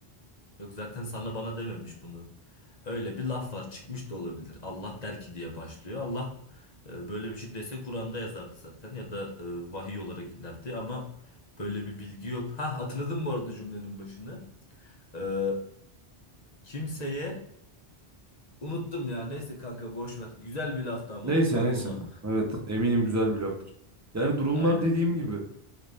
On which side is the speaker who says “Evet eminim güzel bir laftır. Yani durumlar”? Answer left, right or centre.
Right